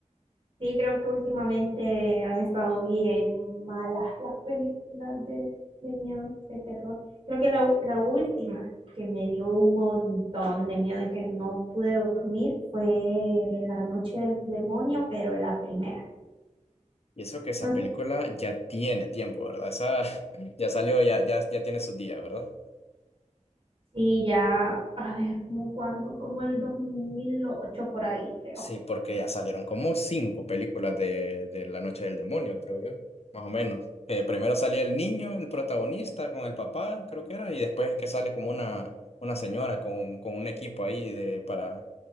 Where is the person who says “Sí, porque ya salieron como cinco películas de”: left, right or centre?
Left